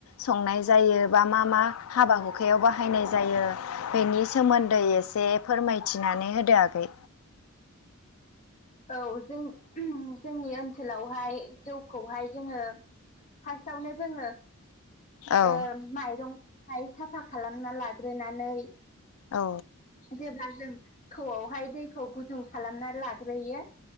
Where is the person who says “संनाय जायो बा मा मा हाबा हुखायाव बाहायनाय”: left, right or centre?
Left